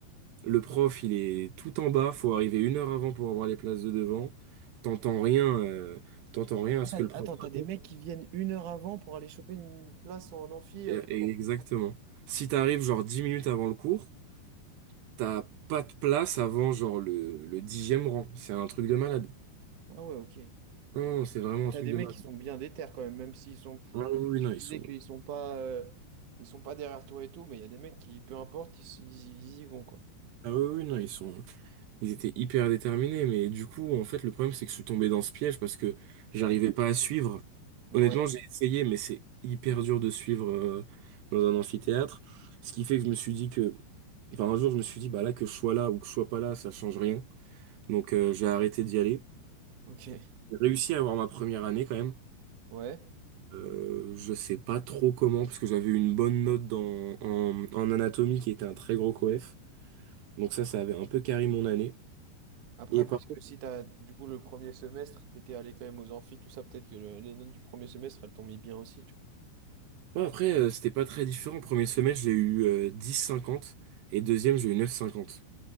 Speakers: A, on the right; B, on the right.
A: le prof, il est tout en bas, faut arriver une heure avant pour avoir les places de devant. T'entends rien euh, t'entends rien à
B: Ah,
A: ce que le prof
B: Attends, t'as
A: raconte.
B: des mecs qui viennent une heure avant pour aller choper une place en amphi
A: Et-
B: euh, devant.
A: et exactement. Si t'arrives genre 10 minutes avant le cours, T'as pas de place avant genre le, le dixième rang. C'est un truc de malade.
B: Ah ouais, ok.
A: Non, c'est vraiment un
B: T'as
A: truc
B: des
A: de
B: mecs
A: malade.
B: qui sont bien déter quand même, même s'ils sont.
A: Ah oui, oui,
B: si Tu
A: non, ils
B: disais
A: sont.
B: qu'ils sont pas, euh, ils sont pas derrière toi et tout, mais il y a des mecs qui, peu importe, ils, ils- ils y vont quoi.
A: Ah oui, oui, non, ils sont. Ils étaient hyper déterminés, mais du coup, en fait, le problème, c'est que je suis tombé dans ce piège parce que j'arrivais pas à suivre.
B: Ouais,
A: Honnêtement, j'ai essayé, mais c'est hyper dur de suivre euh, dans un amphithéâtre. Ce qui fait que je me suis dit que. Enfin, un jour, je me suis dit, bah là, que je sois là ou que je sois pas là, ça change rien. Donc, euh, j'ai arrêté d'y aller.
B: ok,
A: J'ai réussi à avoir ma première année quand même.
B: ouais.
A: Euh, je sais pas trop comment, parce que j'avais une bonne note dans, en, en anatomie qui était un très gros coef. Donc ça, ça avait un peu carré mon année.
B: Après,
A: Et par
B: parce
A: contre,
B: que si t'as, du coup, le premier semestre, t'étais allé quand même aux amphis, tout ça, peut-être que le- les notes du premier semestre, elles t'ont mis bien aussi, tu vois.
A: ouais, après, euh, c'était pas très différent. Premier semestre, j'ai eu euh, dix cinquante et deuxième, j'ai eu neuf cinquante